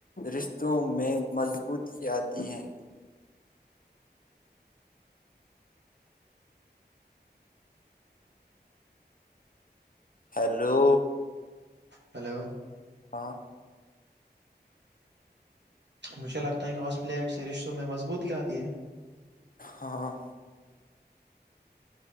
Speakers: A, on the left; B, on the right.
A: رشتوں میں مضبوط کی آتی ہیں ہیلو
B: ہیلو
A: ہاں
B: مجھے لگتا ہے کہ ہاسپلیٹس رشوں میں مضبوط آتی ہے
A: ہاں